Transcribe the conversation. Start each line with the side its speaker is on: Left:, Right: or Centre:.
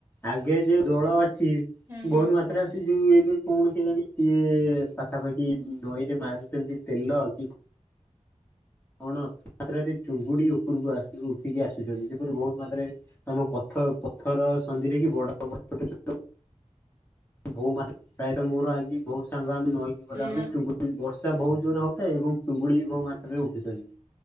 Left: ଆଗେ ଯୋଉ ଦଳ ଅଛି
Right: ହୁଁ ହୁଁ।
Left: ବହୁତ ମାତ୍ରା ଯୋଉ ଏବେ କଣ କେଜାଣି ସିଏ ପାଖାପାଖି ନଈରେ ମାରୁଛନ୍ତି ତେଲ କି କଣ <unintelligible> ଚୁଙ୍ଗୁଡ଼ି ଉପରକୁ ଆସିକି ଉଠିକି ଆସୁଛନ୍ତି ଯେପରି ବହୁତ ମାତ୍ରାରେ ଆମ ପଥ ପଥର ସନ୍ଧିରେ କି ବଡ଼ <unintelligible> ବହୁ ମା ପ୍ରାୟତଃ ମୋର ଆଜି ବହୁତ୍ ସାଙ୍ଗ ଆମେ ନଈ ଗଲାବେଳେ
Right: ନା
Left: ଚୁଙ୍ଗୁଡି ବର୍ଷା ବହୁତ ଜୋରେ ହଉଥାଏ ଏବଂ ଚୁଙ୍ଗୁଡି ବି ବହୁ ମାତ୍ରାରେ ଉଠିଛନ୍ତି।